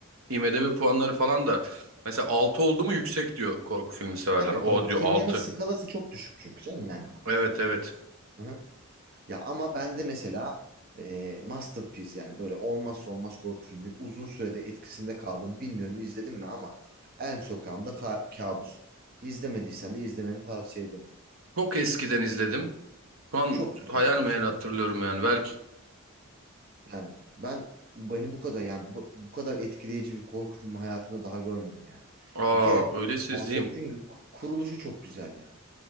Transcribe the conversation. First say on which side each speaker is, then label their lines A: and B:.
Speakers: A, on the right; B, on the right.
A: IMDb puanları falan da mesela 6 oldu mu yüksek diyor korku filmi severler.
B: Tabii
A: O
B: korku
A: diyor
B: filmlerinin
A: 6.
B: skalası çok düşük çünkü canım yani.
A: Evet evet.
B: Hı hı. Ya ama ben de mesela e, masterpiece yani böyle olmazsa olmaz korku filmi uzun sürede etkisinde kaldım. Bilmiyorum izledim mi ama En Sokağımda Ka- Kabus. İzlemediysen de izlemeni tavsiye ederim.
A: Çok eskiden izledim. Şu an
B: Çok güzel
A: hayal
B: bir
A: meyal
B: filmdi.
A: hatırlıyorum yani. Belki
B: Yani ben beni bu kadar yani bu, bu kadar etkileyici bir korku filmi hayatımda daha görmedim yani.
A: aa
B: Bir kere
A: öyleyse
B: konseptin
A: izleyeyim.
B: gü- kuruluşu çok güzel yani.